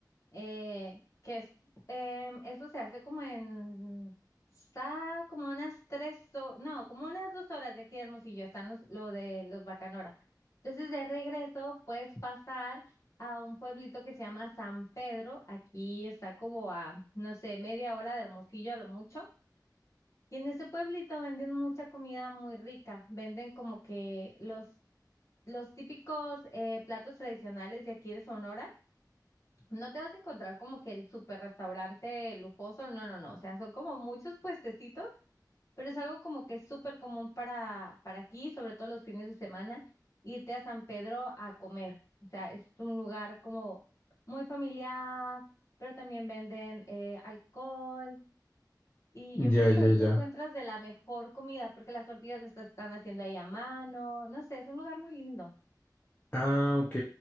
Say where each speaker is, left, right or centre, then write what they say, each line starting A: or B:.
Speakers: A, on the left; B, on the left.
A: eh, que es, em, eso se hace como en, está como unas tres, ho- no, como unas dos horas de aquí de Hermosillo, están los, lo de los Bacanora. Entonces de regreso puedes pasar a un pueblito que se llama San Pedro, aquí está como a, no sé, media hora de Hermosillo a lo mucho. Y en ese pueblito venden mucha comida muy rica, venden como que los los típicos eh, platos tradicionales de aquí de Sonora, no te vas a encontrar como que el super restaurante lujoso, no, no, no, o sea, son como muchos puestecitos, pero es algo como que es súper común para, para aquí, sobre todo los fines de semana, irte a San Pedro a comer, o sea, es un lugar como muy familiar, pero también venden eh, alcohol. Y yo
B: Ya,
A: creo que
B: ya,
A: ahí te
B: ya.
A: encuentras de la mejor comida, porque las tortillas las están haciendo ahí a mano. No sé, es un lugar muy lindo.
B: Ah, ok.